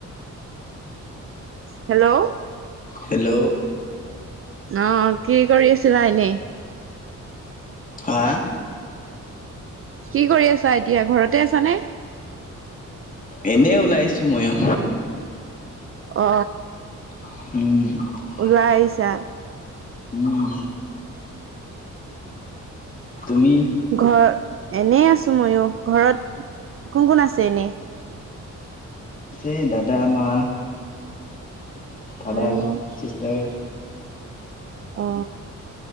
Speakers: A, on the right; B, on the left.
A: হেল্ল'
B: হেল্ল
A: অহ কি কৰি আছিলা এনেই?
B: হা
A: কি কৰি আছা, এতিয়া ঘৰতে আছানে?
B: এনে ওলাইছো মই ও।
A: অ
B: উম
A: ওলাই আহিছা।
B: উম, তুমি
A: ঘৰ এনে আছো মইয়ো ঘৰত কোন কোন আছে এনে?
B: এই দাদা মা ফাদাৰ
A: আৰু
B: চিষ্টাৰ,
A: অ